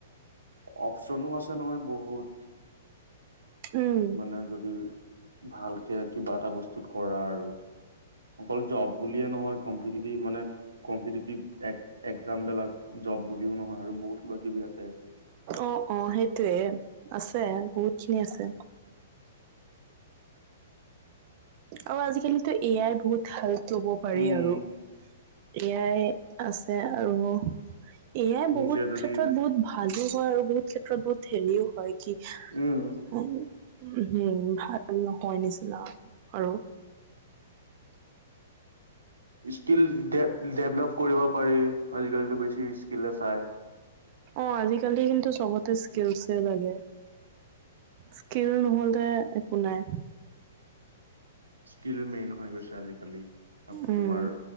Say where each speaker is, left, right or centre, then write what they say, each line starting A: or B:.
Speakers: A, on the right (about 85°); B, on the right (about 45°).
A: অপচনো আছে নহয়। বহুত
B: উম,
A: মানে যদি ভাল কে কিবা এটা বস্তুত কৰা আৰু অকল জব বুলিয়ে নহয় কম্পিটিটিভ মানে কম্পিটিটিভ এক এক্সযাম বেলাক জব বুলিও নহয় আৰু বহুত কিবা কিবি আছে।
B: অ অ সেইটোয়ে আছে বহুত খিনি আছে। আৰু আজি কালিতো এ য়াই বহুত ভাল। লব পাৰি
A: উম
B: আৰু এ য়াই আছে আৰু এয়াই
A: নিজে
B: বহুত
A: যদি
B: ক্ষেত্ৰত বহুত ভালো হয় আৰু বহুত ক্ষেত্ৰত বহুত হেৰিও হয়। কি
A: উম
B: এই সেয়ে আৰু ভাল নহয় নিচিনা আৰু
A: ইস্কিল ডেভলপ কৰিব পাৰি। আজি কালিটো বেচি ইস্ককিলে চাই
B: অ আজিকালি কিন্তু চবতে স্কিলচে লাগে। স্কিল নহলে একো নাই।
A: স্কিল মেইন হৈ গৈছে আজিকালি আফ
B: উম
A: তোমাৰ